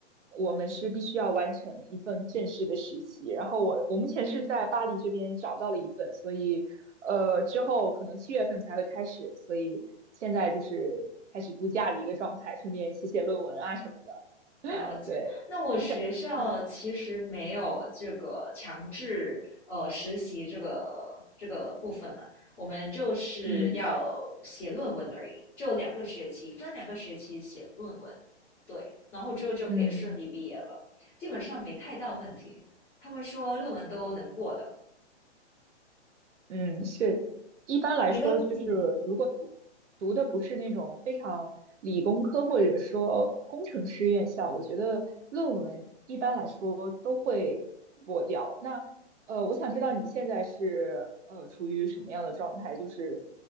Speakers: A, on the right; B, in the centre.
A: 我们是必须要完成一份正式的实习。然后我我目前是在巴黎这边找到了一份，所以呃之后可能七月份才会开始，所以现在就是开始度假的一个状态，顺便写写论文啊什么的。
B: 了解，
A: 对，
B: 那我学校其实没有这个强制呃实习这个这个部分了，
A: 我想，嗯
B: 我们就是要写论文而已，
A: 嗯。
B: 就两个学期，分两个学期写论文，对，然后之后就可以顺利毕业了，
A: 嗯
B: 基本上没太大问题。他们说论文都能过的，
A: 嗯，是，一般来说，
B: 你都嗯，
A: 就是如果读读的不是那种非常理工科或者说工程师院校，我觉得论文一般来说都会过掉。那呃，我想知道你现在是呃处于什么样的状态？就是